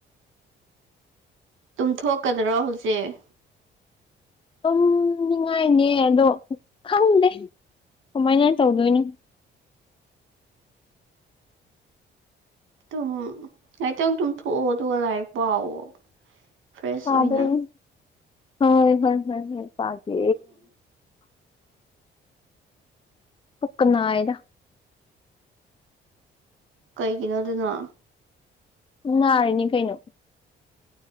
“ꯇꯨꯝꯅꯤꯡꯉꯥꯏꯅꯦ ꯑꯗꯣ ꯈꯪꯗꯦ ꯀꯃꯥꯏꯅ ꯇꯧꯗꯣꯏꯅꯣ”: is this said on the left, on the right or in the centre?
Left